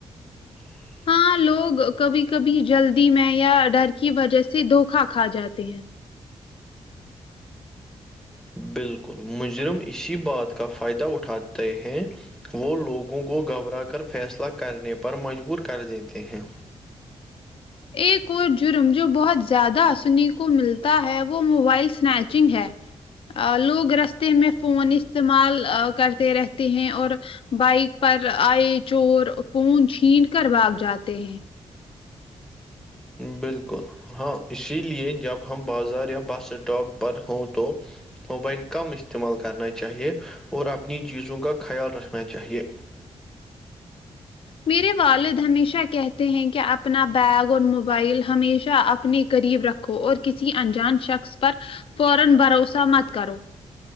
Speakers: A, in the centre; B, on the left (about 55°).
A: اور
B: ہاں لوگ کبھی کبھی جلدی میں یا ڈر کی وجہ سے دھوکا کھا جاتے ہیں
A: بالکل مجرم اسی بات کا فائدہ اٹھاتے ہیں وہ لوگوں کو گھبرا کر فیصلہ کرنے پر مجبور کر دیتے ہیں
B: ایک اور جرم جو بہت زیادہ سنے کو ملتا ہے وہ موبائل سنیچنگ ہے لوگ رستے میں فون استعمال کرتے رہتے ہیں اور بائک پر آئے چور فون چھین کر بھاگ جاتے ہیں
A: بالکل ہاں اسی لیے جب ہم بازار یا بس اسٹاپ پر ہوں تو موبائل کم استعمال کرنا چاہیے اور اپنی چیزوں کا خیال رکھنا چاہیے
B: میرے والد ہمیشہ کہتے ہیں کہ اپنا بیگ اور موبائل ہمیشہ اپنے قریب رکھ رکھو اور کسی انجان شخص پر فورا بھروسہ مت کرو